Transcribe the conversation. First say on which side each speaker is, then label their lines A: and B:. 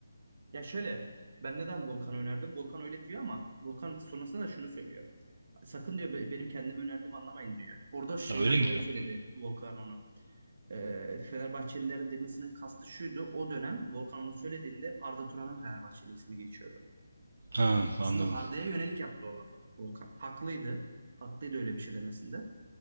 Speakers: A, on the right (about 45°); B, on the right (about 65°).
A: Ya şöyle ben neden Volkan'ı önerdim? Volkan öyle diyor ama Volkan sonrasında da şunu söylüyor. Sakın diyor be- benim kendimi önerdiğimi anlamayın diyor. Orada şeyden
B: Ya öyle mi
A: dolayı
B: diyor?
A: söyledi Volkan onu. Ee, Fenerbahçelilere demesinin kastı şuydu. O dönem Volkan onu söylediğinde Arda Turan'ın Fenerbahçeli ismi geçiyordu.
B: Ha
A: Aslında
B: anladım.
A: Arda'ya yönelik yaptı o lafı Volkan. Haklıydı. Haklıydı öyle bir şey demesinde.